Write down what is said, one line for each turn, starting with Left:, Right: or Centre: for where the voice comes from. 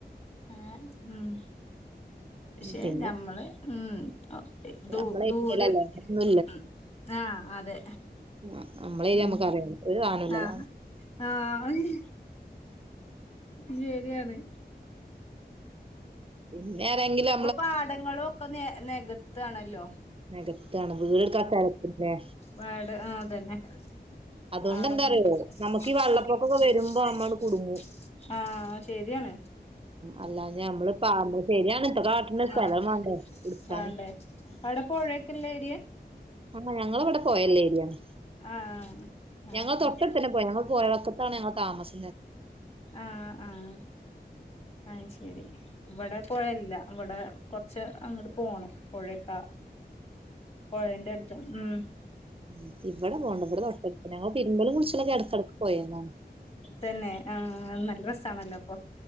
Left: ആഹ് ഉം പക്ഷെ
Right: പിന്നെ
Left: ഞമ്മള് ഉം ഒ ഏഹ് ദൂ
Right: നമ്മളെ
Left: ദൂരെ
Right: ഏരിയയിലല്ലേ ഒന്നും
Left: ഉം ആഹ് അതെ
Right: ആഹ് ഞമ്മളെ ഞമ്മക്ക്
Left: ഉം
Right: അറിയ ഒര് സാധനവും ഇല്ലാതാണ്
Left: ആഹ് ആഹ് ശരിയാണ്
Right: പിന്നെ എതെങ്കിലും
Left: ഇപ്പൊ പാടങ്ങളും ഒക്കെ നെ നെകത്താണല്ലോ
Right: നെകത്താണ് വീടക്കരക്കന്നെ
Left: ബാട് ആഹ് അതന്നെ <unintelligible>
Right: അതുകൊണ്ട് എന്താറിയോ നമുക്ക് ഈ വെള്ളപ്പൊക്കൊക്കെ വരുമ്പോ നമ്മള് കുടുങ്ങും
Left: ആഹ് ശരിയാണ്.
Right: അല്ലാ ഞമ്മള് പ ശരിയാണ് ഇപ്പ കാട്ടിന്റെ സ്ഥലം
Left: ആഹ്
Right: വേണ്ട എടുക്കാന്
Left: വേണ്ടേ അവിടെ പോഴയക്ക ഉള്ള എരിയെ
Right: ആഹ് ഞങ്ങളിവിടെ പോയല്ല ഏരിയാണ്
Left: ആഹ് അയ്ശരി
Right: ഞങ്ങ തൊട്ടടുത്ത് തന്നെ പോയ പോയ വക്കത്താണ് ഞങ്ങള് താമസ
Left: ആഹ് ആഹ് അയ്ശരി ഇവിടെ പോയ ഇല്ല ഇവിടെ കൊറച്ച് അങ്ങോട്ട് പോണം പുഴക്കാ പുഴേന്റെ അടുത്തും ഉം
Right: ഉം ഇവിടെ പോവണ്ട ഇവിടെ തൊട്ടടുത്ത് ഞങ്ങള് തിരുമ്പലും കുളിച്ചിലൊക്കെ ഇടക്കിടക്ക് പോയന്നോ
Left: തന്നെ ആഹ് നല്ല രസാണല്ലോ അപ്പൊ